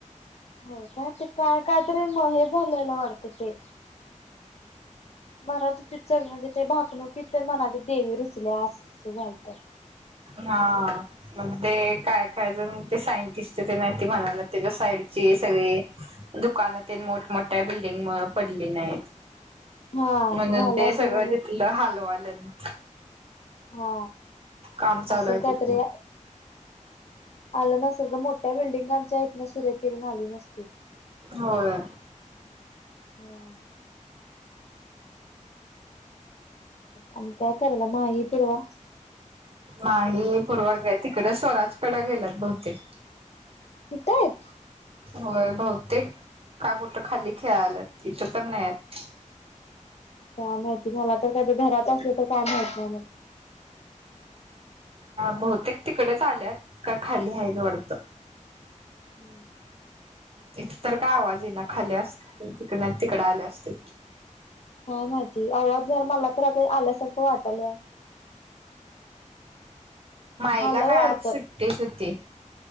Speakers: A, on the left (about 55°); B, on the right (about 45°).
A: हो काय ते काय काय तरी म हे झालेला वाटतं ते मर त ति चग म्हणजे ते भाकणू की तर म्हनात देवी रुचल्या असं झालतं
B: हा मग ते काय काय जण ते सायन म्हणाल्या त्याच्या साईडची सगळे दुकान मोठमोठ्या बिल्डिंगमुळे पडली नाहीत.
A: हा
B: म्हणून
A: झालं
B: ते
A: असेल
B: सगळं
A: म्हणजे
B: तिथलं हलवाल्यात
A: हा
B: काम चालू
A: असं
B: आहे
A: काहीतरी
B: तिथलं
A: आलं नसलं ग मोठ्या बिल्डिंगांच्या इथन सूर्यकिरण आली नसतील.
B: होय
A: हम्म आणि काय करायल्या माही पुरवा
B: माही पूर्वक तिकडे स्वराज कड गेलत बहुतेक.
A: इथं आहेत.
B: होय बहुतेक का कुठं खाली खेळाल्यात इथं तर नाही आहेत.
A: काय माहिती मला तर कधी घरात असलं तर काय माहित नाही मग
B: बहुतेक तिकडेच आल्यात का खाली आहे वाटतं
A: हम्म
B: इथं तर काय आवाज ये ना खाली असते तिकडे तिकडे आले असते.
A: काय माहिती आवाज जर मला तर आता आल्यासारखं वाटलय.
B: माईला
A: आलं
B: काय
A: वाटतं
B: आज सुट्टी सुट्टी